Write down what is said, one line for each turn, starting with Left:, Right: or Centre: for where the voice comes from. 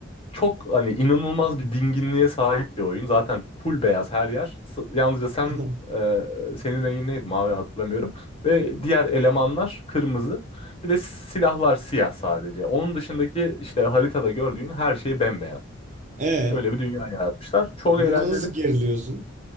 Left: Çok hani inanılmaz bir dinginliğe sahip bir oyun. Zaten full beyaz her yer. S- Yalnızca sen
Right: <laughs>
Left: e, senin rengin neydi? Mavi hatırlamıyorum. Ve diğer elemanlar kırmızı. Bir de silahlar siyah sadece. Onun dışındaki işte haritada gördüğün her şey bembeyaz.
Right: E
Left: Öyle bir dünya yaratmışlar. Çok
Right: burada
Left: eğlenceli.
Right: nasıl geriliyorsun?